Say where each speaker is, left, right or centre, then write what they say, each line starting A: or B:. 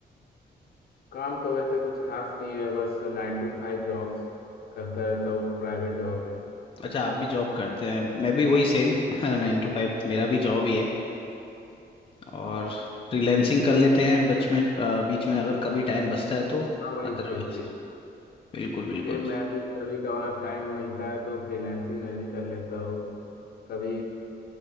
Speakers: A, on the left; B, on the left.
A: काम तो वैसे कुछ खास नहीं है बस नाइन टू फाइव जॉब्स करता रहता हूँ प्राइवेट जॉब है
B: अच्छा आप भी जॉब करते हैं मैं भी वही सेम <laughs> नाइन टू फाइव <laughs> मेरा भी जॉब ही है और फ्रीलैंसिंग कर लेते हैं बच में अ, बीच में अगर कभी टाइम बचता है तो
A: हाँ भाई
B: अदरवाइज
A: सेम सेम
B: बिल्कुल बिल्कुल
A: सेम मैं भी कभी कभार टाइम मिलता है तो फ्रीलांसिंग में भी कर लेता हूँ कभी